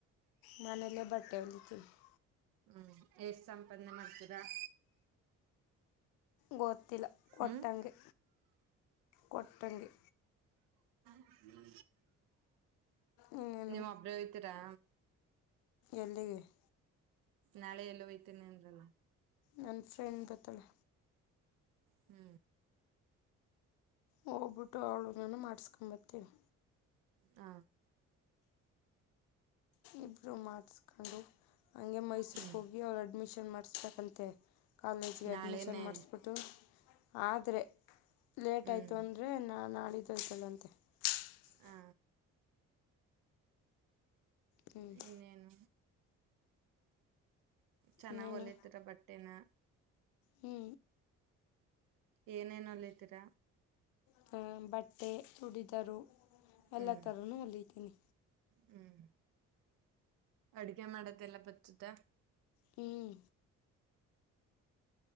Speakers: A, on the left; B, on the right.
A: ಮನಲ್ಲೇ ಬಟ್ಟೆ ಹೊಲಿತಿನಿ. <inaudible>
B: ಹು ಎಷ್ಟ ಸಂಪಾದನೆ ಮಾಡ್ತೀರಾ? <inaudible>
A: ಗೋತ್ತ ಇಲ್ಲಾ ಕೊಟ್ಟಂಗೇ
B: ಹ್ಮ್
A: ಕೊಟ್ಟಂಗೇ
B: ಹು
A: ಇನ್ನೇನು
B: ನೀವ್ ಒಬ್ಬರೇ ಹೋಯಿತೀರಾ?
A: ಎಲ್ಲಿಗೆ? <inaudible>
B: ನಾಳೆ ಎಲ್ಲ ಹೊಯ್ತೇನೆ ಅಂದರಲ್ಲ?
A: ನನ್ನ ಫ್ರೆಂಡ್ ಬತ್ತಾಳ್ಳೇ?
B: ಹೂ
A: ಹೋಗ್ಬಿಟ್ಟು ಅವಳು ನಾನು ಮಾಡಿಸ್ಕೊಂಬತೀವಿ.
B: ಆ
A: ಇಬ್ಬರು ಮಾಡಿಸಕೊಂಡು. <inaudible> ಹಂಗೆ ಮೈಸೂರ್
B: ಹ್ಮ್
A: ಹೋಗಿ ಅವರ ಅಡ್ಮಿಷನ್ ಮಾಡಸ್ಬೇಕಂತೆ. <inaudible> ಕಾಲೇಜ್ಗೆ
B: ನಾಳೆನೆ
A: ಅಡ್ಮಿಷನ್ ಮಾಡಿಸ್ಬಿಟ್ಟು. <inaudible> ಆದರೆ ಲೇಟ್
B: ಹ್ಮ್
A: ಆಯಿತು ಅಂದರೆ ನಾನ ನಾ ನಾಡಿದ್ದ ಹೇಳತ್ತೇನ ಅಂತೆ <inaudible>
B: ಆ
A: ಹೂ <inaudible>
B: ಇನ್ನೇನು ಚೆನ್ನಾಗ್
A: ಇನ್ನೇನು
B: ಹೊಲೀತರ ಬಟ್ಟೆನಾ?
A: ಹ್ಞೂ
B: ಏನೇನ ಹೋಲಿತ್ತಿರಾ?
A: ಹೂ ಬಟ್ಟೆ ಚುಡಿದಾರು
B: ಹ್ಮ್
A: ಎಲ್ಲ ಥರೂ ಹೊಲಿತೀನಿ.
B: ಹ್ಮ್ ಅಡ್ಗೆ ಮಾಡದ್ದೆಲ್ಲ ಬತ್ತದ
A: ಹ್ಮ್